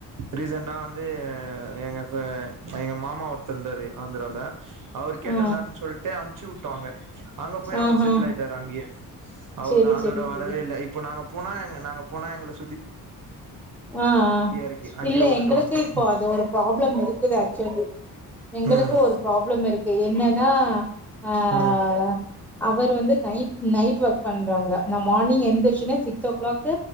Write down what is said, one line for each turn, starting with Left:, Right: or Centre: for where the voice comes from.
Right: ரீசெண்ட வந்து எங்கள் எங்கள் மாமா ஒருத்தர்இருந்தாரு ஆந்திரால அவர் கேட்டிருந்தாருன்னு
Centre: ஆ
Right: சொல்லிட்டு அ வச்சு விட்டாங்க அங்க போய் அவர்
Centre: ஆஹா
Right: செட்டில் ஆயிட்டாரு அங்கயே அவ்ளவுதான்
Centre: சரி
Right: அதோட
Centre: சரி
Right: வரவில்ல
Centre: சரி
Right: இல்லை இப்ப நாங்க போனாங்க நாங்க போனா எங்களுக்கு
Centre: ஆஹ்
Right: இருக்கு அங்கயே
Centre: இல்ல
Right: வுட்டுட்டு
Centre: எங்களுக்கு
Right: வந்ட்டோ
Centre: இப்போ அது ஒரு ப்ராப்ளம் இருக்குது ஆக்சோலிசலி எங்களுக்கும்
Right: ம்
Centre: ஒரு ப்ராப்ளம் இருக்கு என்னன்னா ஆஹ்
Right: ம்
Centre: அவர் வந்து நைட்டூ நைட்டூ ஒர்க் பண்றாங்க நான் மார்னிங் எந்துருச்சோனே சிக்ஸ் ஓ கிளாக்